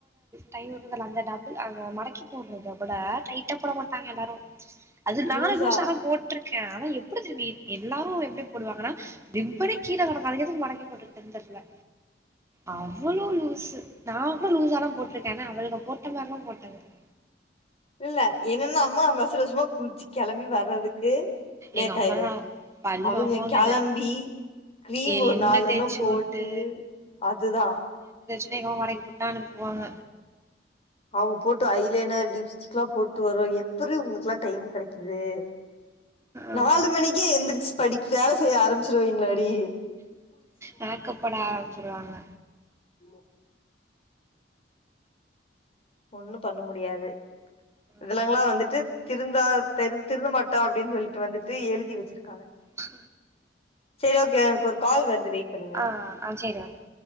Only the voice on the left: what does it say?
லூசா
இல்ல என்னன்னா அம்மா அவசர அவசரமா குளிச்சு கெளம்பி வர்றது க்கு லேட்
ஆயிரு
அவுங்க
கெளம்பி
க்ரீம்
ஒரு
நாளெண்ணம்
போட்டு
அதுதா
அவுங்க போட்டு ஐலைனர் லிப்ஸ்டிக்ல்லாம் போட்டு வருவாங்க எப்பூட்ரி ம் உங்ளுக்கு எல்லா டைம் கெடைக்குது
நாலு மணிக்கே எந்ரிச்சு படிக்க வேல செய்ய ஆரம்பிச்சிருவீங்ளாடி
ம் ஒண்ணுமபண்ண முடியாது இதெலாங்ல்லா
வந்துட்டு திருந்தா திருந்த மாட்டா அப்டின்னு சொல்லிட்டு வந்துட்டு எழுதி வச்சிருக்காங்க
சரி ஓகே எனக்கு ஒரு கால் வருது வெயிட் பண்ணுங்க